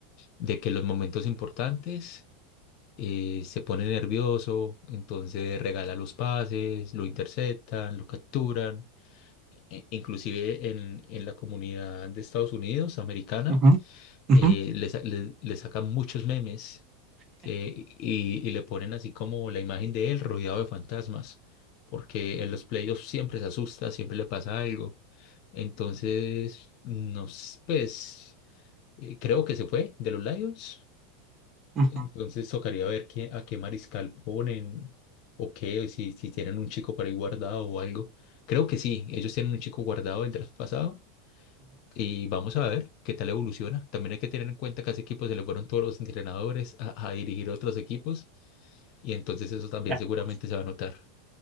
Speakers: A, on the left; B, on the right.
A: de que los momentos importantes eh, se pone nervioso, entonces regala los pases, lo interceptan, lo capturan. E- Inclusive en, en la comunidad de Estados Unidos, americana,
B: Ujú, ujú,
A: eh, le, sa- le- le sacan muchos memes que- y, y le ponen así como la imagen de él rodeado de fantasmas, porque en los playoffs siempre se asusta, siempre le pasa algo. Entonces, nos, pues, eh, creo que se fue de los Lions.
B: ujú,
A: Entonces tocaría ver qué, a qué mariscal ponen o qué, o si, si tienen un chico por ahí guardado o algo. Creo que sí, ellos tienen un chico guardado del draft pasado y vamos a ver qué tal evoluciona. También hay que tener en cuenta que a ese equipo se le fueron todos los entrenadores a, a dirigir otros equipos y entonces eso también
B: ujú.
A: seguramente se va a notar.